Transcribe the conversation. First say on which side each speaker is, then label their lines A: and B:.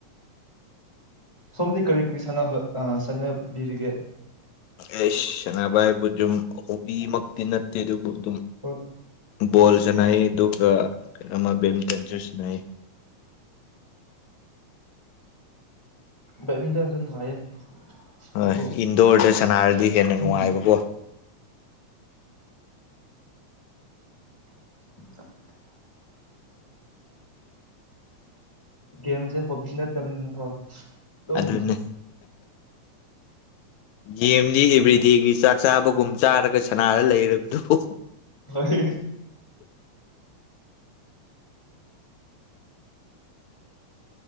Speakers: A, on the left; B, on the left.
A: ꯁꯣꯝꯗꯤ ꯀꯔꯤ ꯀꯔꯤ ꯁꯥꯟꯅꯕ ꯁꯥꯟꯅꯕꯤꯔꯤꯒꯦ
B: ꯑꯦꯁ ꯁꯥꯟꯅꯕ ꯍꯥꯏꯕꯨ ꯁꯨꯝ ꯍꯣꯕꯤꯃꯛꯇꯤ ꯅꯠꯇꯦ ꯑꯗꯨꯕꯨ ꯑꯗꯨꯝ
A: ꯍꯣꯏ
B: ꯕ ꯣꯜꯁꯟꯅꯩꯌꯦꯑꯗꯨ ꯑꯗꯨꯒ ꯖꯦꯠ ꯃꯤꯇꯟꯁꯨ ꯁꯥꯟꯅꯩ
A: ꯕꯦꯠꯃꯤꯟꯇꯟꯁꯨ ꯅꯨꯡꯉꯥꯏꯌꯦ
B: ꯍꯣꯏ
A: ꯑꯗꯨꯕꯨ
B: ꯏꯟꯗꯣꯔꯗ ꯁꯅꯔꯗꯤ ꯍꯦꯟꯅ
A: ꯎꯝ
B: ꯅꯨꯡꯉꯥꯏꯕꯀꯣ
A: <inaudible> ꯒꯦꯝꯁꯦ ꯍꯣꯕꯤ ꯅꯠꯇꯕꯅꯤꯅꯀꯣ ꯑꯗꯨꯝ
B: ꯑꯗꯨꯅꯦ ꯒꯦꯝꯗꯤ ꯑꯦꯚ꯭ꯔꯤ ꯗꯦꯒꯤ ꯆꯥꯛ ꯆꯥꯕꯒꯨꯝ ꯆꯥꯔꯒ ꯁꯅꯥꯔ ꯂꯩꯔꯕꯗꯨꯕꯨ
A: ꯍꯣꯏ